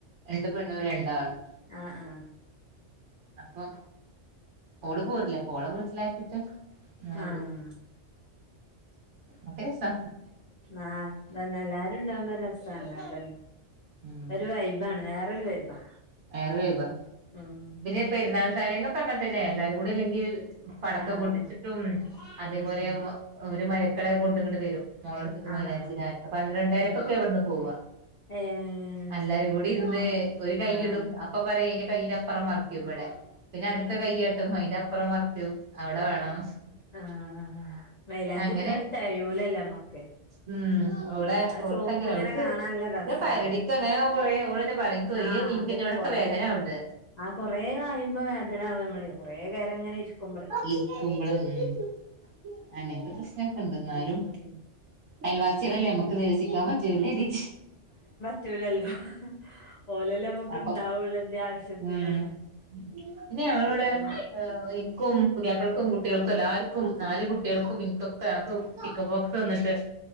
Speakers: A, on the right; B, on the left.
A: രണ്ട് പെണ്ണും രണ്ടാണും.
B: ആ ആ
A: അപ്പൊ ഓള് പോരുല്ല. ഓളെ വീട്ടിലാക്കിട്ട് അങ്ങനെ പോ
B: ആഹ്
A: അത്ര്രസാ
B: ആ തന്നെ എല്ലാരുംണ്ടാവുമ്പോ രസമാണ് അതന്നെ
A: ഉം
B: ഒരു വൈബ് ആണ് വേറൊരു വൈബാ
A: വേറൊരു വൈബാ.
B: ഉം
A: ഇ പെരുന്നാൾ തലേന്നൊക്കെ അങ്ങനെത്തന്നെയാ. എല്ലാരും കൂടെ അല്ലങ്കിൽ പടക്കം
B: ആഹ്
A: പൊട്ടിച്ചിട്ടും, അതേ
B: ഉം
A: പോലെ ഒരു മരക്കളെ കൊണ്ട് കെങ്ങോട്ട് വരും. മോളെടുത്ക്ക്
B: ആഹ്
A: മയിലാഞ്ചിഇടന് പന്ത്രണ്ടരക്കൊക്കെ
B: ആഹ്
A: ഇവിടുന്ന് പോവ.
B: ഏഹ്
A: എല്ലാരും കൂടി ഇരുന്ന് ഒരു കൈ
B: ആഹ്
A: ഇടും. അപ്പൊ പറയാ അന്റെ കയ്യിന്റെപ്പുറം മറിക്കും ഇവിടെ. പിന്നെ അടുത്ത കൈയ്യിൽ ഇടും അതിനെ അപ്പുറം മറിക്കും. അവിടെ വേണം
B: ആ മൈലാഞ്ചിട്ടാൽ
A: അങ്ങനെ
B: തെകയൂല്ലല്ലോ നമ്മക്ക്.
A: ഉം അവള്
B: ആ
A: അവൾക്ക്
B: ചോപ്പ്
A: അങ്ങനെ,
B: ഇങ്ങനെ
A: അവൾക്ക്
B: കാണാൻ നല്ല രസാണ്
A: പിന്നെ പൊരടിക്ക് അങ്ങനെ കൊറേ ഓളന്നെ പറയും. എനിക്ക് വയ്യ
B: ആഹ്
A: എണീക്കാൻ
B: അതന്നെ
A: എനിക്ക് അവിടൊക്കെ
B: കൊറേ
A: വേദന ഉണ്ട്.
B: ആ കുറേ കഴിയുമ്പോ വേദന ആവും നമ്മളൊ കൊറെ നേരം ഇങ്ങനെ. ഇരിക്കുമ്പളേ
A: ഇരിക്കുമ്പോൾ ഉം അങ്ങനത്തെ പ്രശ്നൊക്കെ ഉണ്ട്. എന്നാലും
B: ഉം
A: അയൽവാസികളല്ലേ നമ്മുക്ക് നിരസിക്കാൻ പറ്റൂല്ലല്ലോ.
B: പറ്റു ല്ലല്ലോ ഓലല്ലേ നമുക്ക്
A: അപ്പൊ
B: ഉണ്ടാവുള്ളൂ എന്ത് ആവശ്യത്തിന്.
A: ഉം പിന്നെ ഞങ്ങളോടെ
B: അപ്പൊ പിന്നെ
A: എനിക്കും പുതിയാപ്പൾക്കും കുട്ടികൾക്കും എല്ലാർക്കും. കും നാല് കുട്ടികൾക്കും എനിക്കൊക്കെ ആ ചിക്കൻ ബോക്സ് വന്നിട്ട്.